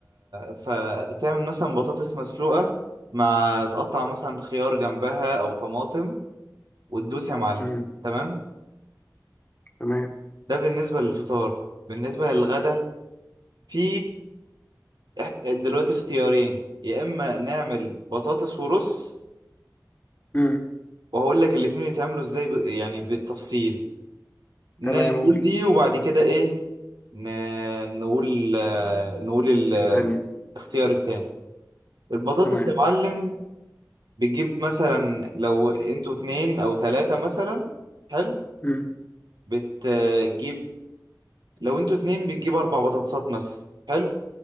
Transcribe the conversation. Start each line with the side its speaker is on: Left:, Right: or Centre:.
Right: فتعمل مثلا بطاطس مسلوقة مع تقطع مثلا خيار جنبها او طماطم وتدوس يا معلم
Left: امم
Right: تمام
Left: تمام
Right: ده بالنسبة للفطار بالنسبة للغدا في إح- دلوقتي اختيارين يا اما نعمل بطاطس ورز
Left: امم
Right: وهقول لك الاتنين يتعملوا ازاي ب... يعني بالتفصيل نقول
Left: تمام قول
Right: دي وبعد كده ايه ن... نقول آه، نقول ال- آه،
Left: التانية
Right: الاختيار التاني البطاطس
Left: تمام
Right: يا معلم بتجيب مثلا لو انتوا اتنين او تلاتة مثلا حلو
Left: امم
Right: بتجيب لو انتوا اتنين بتجيب اربع بطاطسات مثلا حلو